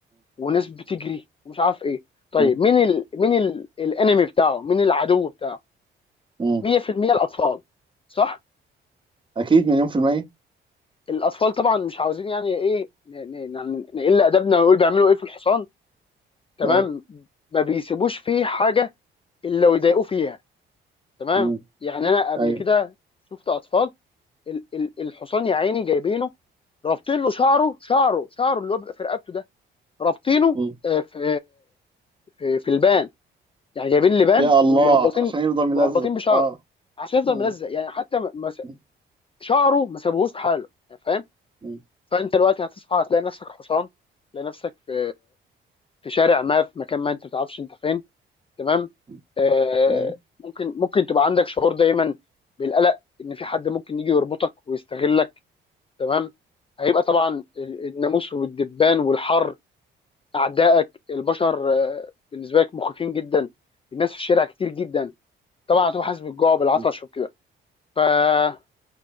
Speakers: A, on the left; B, on the right.
A: وناس بتجري ومش عارف ايه طيب
B: مم.
A: مين ال... مين ال... الانمي بتاعه مين العدو بتاعه
B: مم.
A: 100% الاطفال صح
B: أكيد مليون في المية
A: الاطفال طبعا مش عاوزين يعني ايه ن... ن... ن- نقل ادبنا ونقول بيعملوا ايه في الحصان تمام
B: أيوة
A: ما بيسيبوش فيه حاجه الا ويضايقوه فيها تمام
B: مم.
A: يعني انا قبل
B: أيوة
A: كده شفت اطفال ال- ال- الحصان يا عيني جايبينه رابطين له شعره شعره شعره اللي هو بيبقى في رقبته ده رابطينه
B: مم.
A: آه، في في في البان يعني جايبين لبان
B: يا الله
A: ومربطين
B: عشان يفضل ملزق
A: مربطين بشعره
B: أه
A: عشان يفضل
B: مم.
A: ملزق يعني حتى ما ما س-
B: مم.
A: شعره ما سابوهوش في حاله يعني فاهم
B: مم.
A: فانت دلوقتي هتصحى هتلاقي نفسك حصان تلاقي نفسك في في شارع ما في مكان ما انت ما تعرفش انت فين تمام
B: مم.
A: آه
B: أيوة
A: ممكن ممكن تبقى عندك شعور دايما بالقلق ان في حد ممكن يجي يربطك ويستغلك تمام هيبقى طبعا ال- الناموس والدبان والحر اعدائك البشر آه، بالنسبه لك مخيفين جدا الناس في الشارع كتير جدا طبعا هتبقى حاسس بالجوع وبالعطش
B: مم.
A: وكده فانا